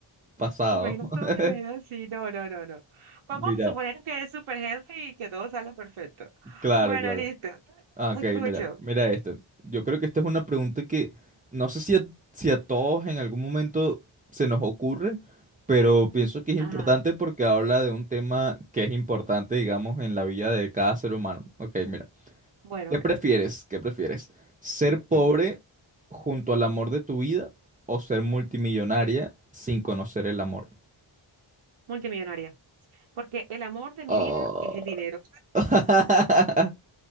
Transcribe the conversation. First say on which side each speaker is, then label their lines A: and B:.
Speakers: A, on the right; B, on the right.
A: pasado.
B: ¿Te imaginas
A: <laughs>
B: toda la vida así? No, no, no, no. Vamos
A: Mira,
B: a suponer que es super healthy y que todo sale perfecto.
A: claro,
B: Bueno,
A: claro.
B: listo.
A: Ah,
B: Te
A: Ok,
B: Escucho.
A: mira, mira esto. Yo creo que esta es una pregunta que no sé si a, si a todos en algún momento se nos ocurre, pero pienso que es
B: Ajá.
A: importante porque habla de un tema que es importante, digamos, en la vida de cada ser humano. Ok, mira.
B: Bueno,
A: ¿Qué
B: bueno.
A: prefieres? ¿Qué prefieres? ¿Ser pobre
B: Ujú.
A: junto al amor de tu vida o ser multimillonaria sin conocer el amor?
B: Multimillonaria. Porque el amor de mi
A: Oh.
B: vida es el dinero.
A: <laughs>